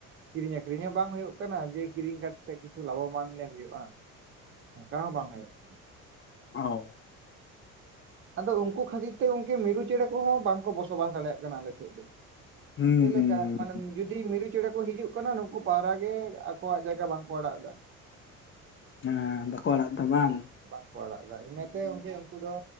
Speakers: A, on the right; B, on the left.
A: ᱠᱤᱨᱤᱧ ᱟᱠᱷᱨᱤᱧ ᱦᱚᱸ ᱵᱟᱝ ᱦᱩᱭᱩᱜ ᱠᱟᱱᱟ ᱡᱮ ᱠᱤᱨᱤᱧ ᱠᱟᱛᱮ ᱠᱤᱪᱷᱩ ᱞᱟᱵᱷᱚᱢᱟᱱ ᱞᱮ ᱦᱩᱭᱩᱜᱼᱟ ᱚᱱᱠᱟ ᱦᱚᱸ ᱵᱟᱝ ᱦᱩᱭᱩᱜ ᱠᱟᱱᱟ ᱾
B: ᱚ <inaudible>
A: ᱟᱫᱚ ᱩᱱᱠᱩ ᱠᱷᱟᱹᱛᱤᱨ ᱛᱮ ᱜᱚᱢᱠᱮ ᱢᱤᱨᱩ ᱪᱮᱸᱬᱮ ᱠᱚᱦᱚᱸ ᱵᱟᱝᱠᱚ ᱵᱚᱥᱚᱵᱟᱥ ᱫᱟᱲᱮᱭᱟᱜ ᱠᱟᱱᱟ ᱟᱞᱮ ᱥᱮᱫ ᱨᱮ
B: ᱦᱩᱸ
A: ᱪᱮᱫ
B: ᱦᱩᱸ
A: ᱞᱮᱠᱟ
B: ᱦᱩᱸ,
A: ᱢᱟᱱᱮ ᱡᱩᱫᱤ ᱢᱤᱨᱩ ᱪᱮᱬᱮ ᱠᱚ ᱦᱤᱡᱩᱜ ᱠᱟᱱᱟ ᱱᱩᱠᱩ ᱯᱟᱣᱨᱟ ᱜᱮ ᱟᱠᱚᱣᱟᱜ ᱡᱟᱭᱜᱟ ᱵᱟᱝᱠᱚ ᱟᱲᱟᱜ ᱫᱟ ᱾
B: ᱦᱮᱸ ᱵᱟᱠᱚ ᱟᱲᱟᱜ ᱫᱟ ᱵᱟᱝ
A: ᱵᱟᱝᱠᱚ ᱟᱲᱟᱜ ᱫᱟ ᱤᱱᱟᱹᱛᱮ ᱜᱚᱢᱠᱮ ᱩᱱᱠᱩ ᱫᱚ